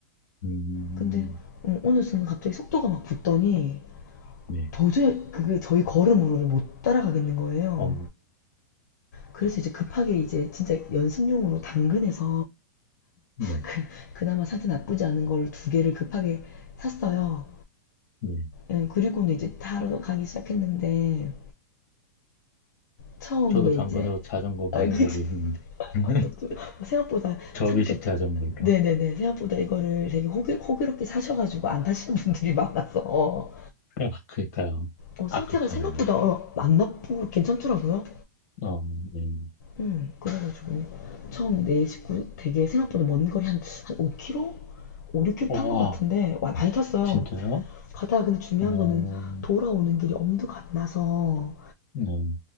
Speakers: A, on the left (about 50°); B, on the left (about 65°).
A: 음,
B: 근데 음, 어느 순간 갑자기 속도가 막 붙더니
A: 네,
B: 도저히 그 저희 걸음으로를 못 따라가겠는 거예요.
A: 어,
B: 그래서 이제 급하게 이제 진짜 연습용으로 당근에서
A: 네,
B: 그, 그나마 상태 나쁘지 않은 걸 두 개를 급하게 샀어요.
A: 네.
B: 예, 그리고는 이제 타러 가기 시작했는데 처음에
A: 저도 당근으로
B: 이제
A: 자전거 많이
B: 아 이게
A: 보고
B: 참
A: 있는데. <laughs>
B: 아팠죠. 생각보다
A: 접이식
B: 창도
A: 자전거로.
B: 네네네 생각보다 이거를 되게 호기, 호기롭게 사셔가지고 안 타시는 분들이 많아서
A: <laughs> 그러니까요.
B: 어, 상태가
A: 아깝잖아요.
B: 생각보다 어, 안 나쁘고 괜찮더라고요.
A: 어, 네.
B: 응, 그래가지고 처음 내 식구 되게 생각보다 먼 거리 한, 한 5km? 5, 6km
A: 와,
B: 탄 것 같은데 와, 많이 탔어요.
A: 진짜요?
B: 가다가 근데 중요한
A: 어,
B: 거는 돌아오는 길이 엄두가 안 나서
A: 네.